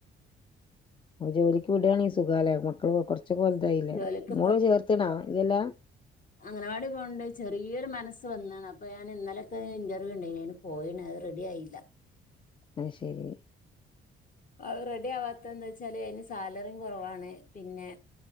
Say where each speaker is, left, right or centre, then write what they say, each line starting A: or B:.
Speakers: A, on the left; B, on the left.
A: ആ ജോലിക്ക് വിടാ ലെ സുഖാലെ മക്കള്റ കൊർച്ചോക്കെ വലയതായി ല്ലേ
B: ജോലിക്ക്
A: മോള് ചേർത്തേക്കണോ ഇല്ലല്ലോ
B: അങ്ങനവാടി പോണ്ട് ചെറിയൊരു മനസ്സ് വന്നാണ് അപ്പോ ഞൻ ഇന്നലൊക്കെ ഇന്റർവ്യൂ ഉണ്ടന് പോയിണ് അത് റെഡി ആയില്ല
A: ആത് ശരി
B: അ റെഡി ആവാത്ത എന്താ വച്ചാല് അതിന് സാലറിയും കുറവാണ് പിന്നെ